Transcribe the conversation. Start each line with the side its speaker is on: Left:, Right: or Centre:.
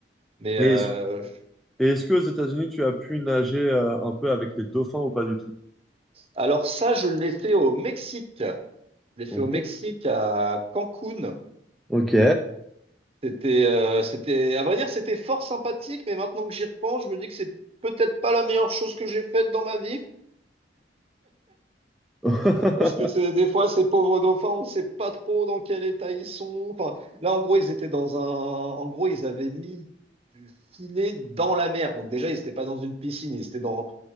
Right: Mais
Centre: Et
Right: euh,
Centre: est-ce, et est-ce qu'aux États-Unis, tu as pu nager euh, un peu avec les dauphins ou pas du tout?
Right: alors ça, je l'ai fait au Mexique. Je l'ai
Centre: Au
Right: fait
Centre: Mexique.
Right: au Mexique, à Cancun.
Centre: Ok.
Right: C'était, euh, c'était, à vrai dire, c'était fort sympathique, mais maintenant que j'y repense, je me dis que c'est peut-être pas la meilleure chose que j'ai faite dans ma vie.
Centre: <laughs>
Right: Parce que c'est, des fois, ces pauvres dauphins, on sait pas trop dans quel état ils sont. Enfin, là, en gros, ils étaient dans un, en gros, ils avaient mis du filet dans la mer. Donc déjà, ils étaient pas dans une piscine, ils étaient dans,